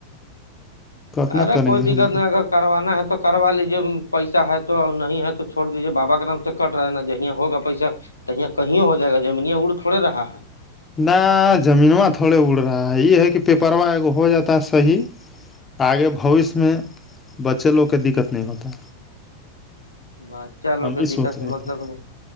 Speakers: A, on the left (about 20°); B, on the left (about 80°).
A: کتنا
B: ارے
A: کریں
B: کوئی
A: گے ہم
B: دقت نہیں اگر کروانا ہے تو کروا لیجے پیسہ ہے تو نہیں ہے تو چھوڑ دیجیے بابا کے نام سے کٹ رہا نا جی ہوگا پیسہ تو یہ کہیں ہو جائے گا جمینیا اڑ تھوڑے رہا ہے
A: ن زمینواں تھوڑے اڑ رہا ہے یہ ہے کہ پیپروا ہو جاتا ہے صحیح آگے بھوشیہ میں بچے لوگ کے دقت نہیں ہوتا
B: بات چلو
A: ہم
B: کے
A: یہ
B: دقت
A: سوچ
B: سے
A: رہے
B: مطلب
A: تھے
B: نہیں